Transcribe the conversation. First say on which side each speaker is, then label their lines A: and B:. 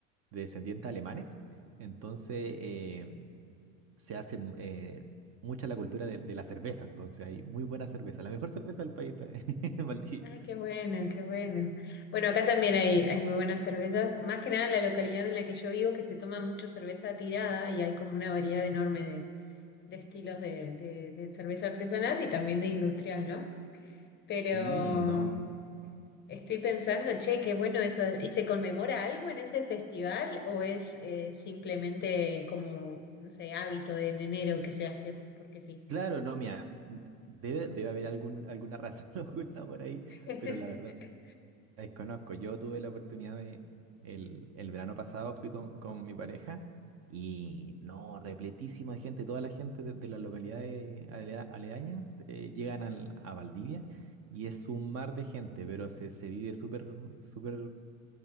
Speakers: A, on the right; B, on the left.
A: de descendientes alemanes. Entonces, eh, se hace mm, eh, mucha la cultura de, de la cerveza, entonces hay muy buena cerveza, la mejor cerveza del país está <laughs> en Valdivia.
B: Ay, qué bueno, qué bueno. Bueno, acá también hay, hay muy buenas cervezas. Más que nada en la localidad en la que yo vivo, que se toma mucho cerveza tirada y hay como una variedad enorme de, de estilos de, de de cerveza artesanal y también de industrial, ¿no? Pero
A: Sí, no.
B: estoy pensando, che, qué bueno eso. ¿Y se conmemora algo en ese festival o es eh, simplemente como, no sé, hábito de en enero que se hace porque sí?
A: Claro, no, mira, debe, debe haber algún, alguna razón <laughs> oculta por ahí,
B: <laughs>
A: pero la verdad desconozco. Yo tuve la oportunidad de, el, el verano pasado fui con, con mi pareja y no, repletísima de gente, toda la gente de, de las localidades alea- aledañas eh, llegan al, a Valdivia. Y es un mar de gente, pero se, se vive súper, súper